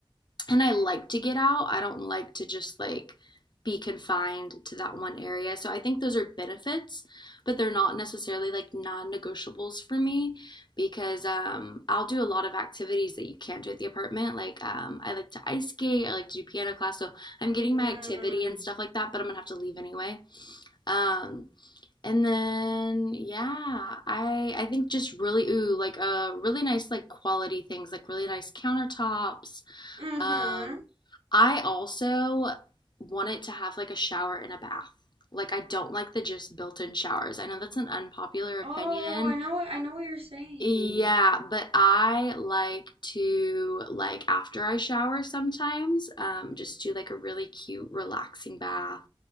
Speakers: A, on the left; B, on the right.
A: and I like to get out. I don't like to just like be confined to that one area. So I think those are benefits, but they're not necessarily like non-negotiables for me because um, I'll do a lot of activities that you can't do at the apartment. Like um, I like to ice skate, I like to do piano class, so I'm getting
B: Mm-hmm.
A: my activity and stuff like that. But I'm gonna have to leave anyway. Um, and then yeah, I I think just really ooh like uh really nice like quality things like really nice countertops
B: Mm-hmm.
A: um, I also want it to have like a shower and a bath. Like I don't like the just built-in showers. I know that's an unpopular opinion.
B: Oh, I know what I know what you're saying.
A: Yeah, but I like to like after I shower sometimes, um, just do like a really cute relaxing bath